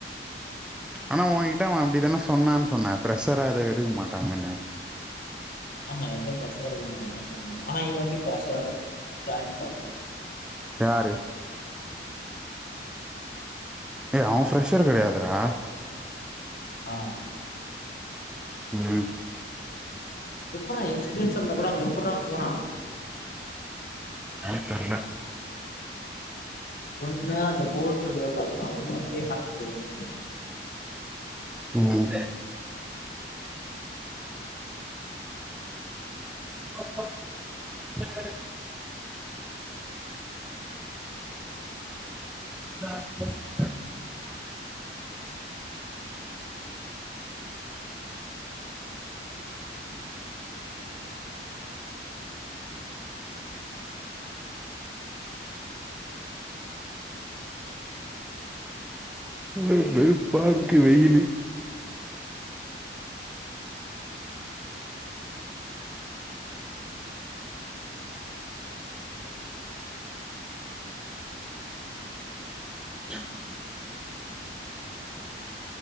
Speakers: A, in the centre; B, on the left.
A: ஆனா உன் கிட்ட அவன் அப்டித்தானே சொன்னான்னு சொன்னே ஃப்ரஷ்ஷரா ஏது எடுக்க மாட்டாங்கன்னு
B: ஆமா என்கிட்ட ஃப்ரெஷ்ஷரா தா இருக்க மாட்டாங்க அது மாரி சொன்னா ஆனா இவன் எப்டி ஃப்ரெஷ்ஷரா போய் ஜாயின் பண்ணோ
A: யாரு எ அவன் ஃப்ரெஷ்ஷர் கிடையாதுரா
B: ஆ
A: ம்
B: எப்புட்ரா எக்ஸ்பீரியன்ஸ் இருந்தா கூட அவங்க எப்புட்ரா போனா
A: ஆ தெர்ல
B: ஒண்ணு அந்த கோர் சொல்லுவ <unintelligible> ஊங்கிட்டயே கத குடுக்குறா
A: ம் <unintelligible> <unintelligible> <unintelligible> வெறுப்பா இருக்கு வெயிலு ம்